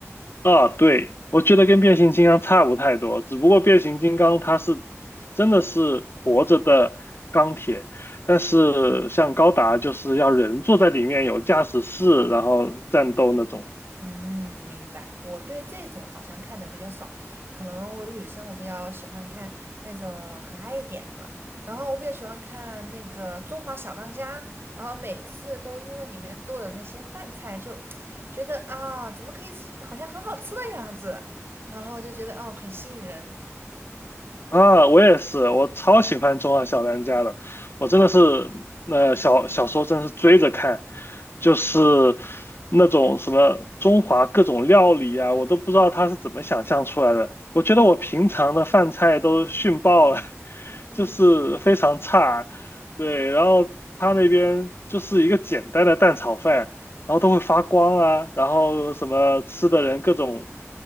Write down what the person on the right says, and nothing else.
嗯，明白。我对这种好像看的比较少，可能我女生我比较喜欢看那种可爱一点的，然后我比较喜欢看那个《中华小当家》，然后每次都因为里面做的那些饭菜就觉得啊，怎么可以吃好像很好吃的样子，然后就觉得哦很吸引人。
嗯